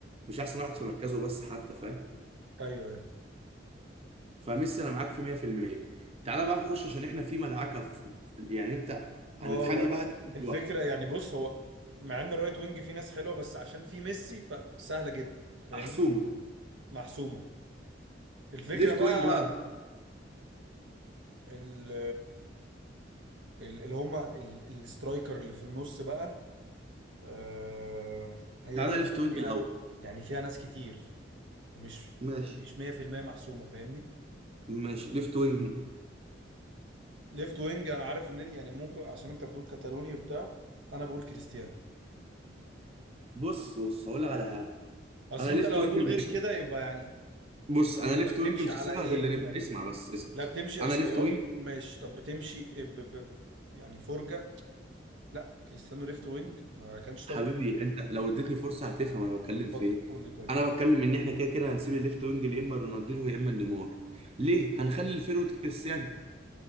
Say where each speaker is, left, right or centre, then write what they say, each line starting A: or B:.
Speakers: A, on the right (about 35°); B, on the right (about 75°).
A: مش احسن واحد في مركزه بس حتى فاهم
B: ايوه ايوه
A: فميسي انا معاك في 100% تعالى بقى نخش عشان احنا في مدعكه في... في- يعني انت
B: هو
A: هنتخانق بقى دلوقتي
B: الفكره يعني بص هو مع ان الرايت وينج فيه ناس حلوه بس عشان فيه ميسي فسهله جدا فاهمني
A: محسومه
B: محسومه الفكره
A: ليفت
B: بقى
A: وينج بقى
B: ال... ال- اللي هم ال... السترايكر اللي في النص بقى آه، هي
A: تعالى
B: بقى
A: ليفت وينج
B: فيها
A: الاول
B: يعني فيها ناس كتير ومش
A: ماشي
B: مش 100% محسومه فاهمني
A: ماشي ليفت وينج
B: ليفت وينج انا عارف ان يعني ممكن عشان انت بتقول كاتالوني وبتاع انا بقول كريستيانو
A: بص بص هقول لك على حاجه
B: اصل
A: انا ليفت
B: انت لو
A: وينج
B: هتقول
A: مش
B: غير كده يبقى يعني
A: بص انا
B: طب انت
A: ليفت
B: بتمشي
A: وينج مش
B: على
A: هسيبها
B: ايه
A: غير لنم...
B: يعني
A: اسمع
B: م-
A: بس اسمع
B: لا بتمشي
A: انا
B: احصائيات
A: ليفت وينج
B: ماشي طب بتمشي ب... ب... يعني فرجة لا كريستيانو ليفت وينج ما كانش
A: حبيبي
B: طبيعي
A: انت لو
B: فاهم؟
A: اديتني فرصه هتفهم انا بتكلم في
B: اتفضل
A: ايه
B: قول لي طيب
A: انا بتكلم ان احنا كده كده هنسيب الليفت وينج يا اما رونالدينو يا اما نيمار ليه هنخلي الفيرود كريستيانو